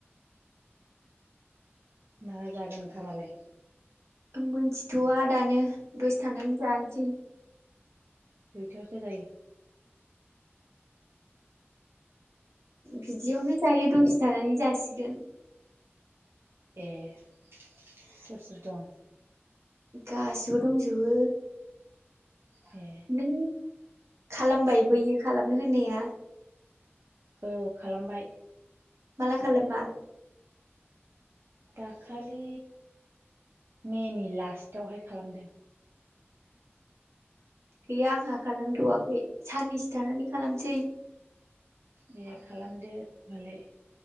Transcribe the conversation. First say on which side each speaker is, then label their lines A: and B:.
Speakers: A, on the right (about 60°); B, on the right (about 80°).
A: माला जागोन ओखामालाय?
B: मोनथिथवा दानो दसे थानानै जानोसै
A: खैथायावसो जायो?
B: बिदियावनो जायो दसे थानानै जासिगोन
A: ए सोर सोर दं?
B: गासिबो दंजोबो
A: हे
B: नों खालामबाय बैयो खालामनो होननाया?
A: औ खालामबाय
B: माला खालामा?
A: दाखालि मेनि लास्टावहाय खालामदों।
B: गैया आंहा खालामथ'वाखै साननैसो थानानै खालामसै।
A: दे खालामदो होमबालाय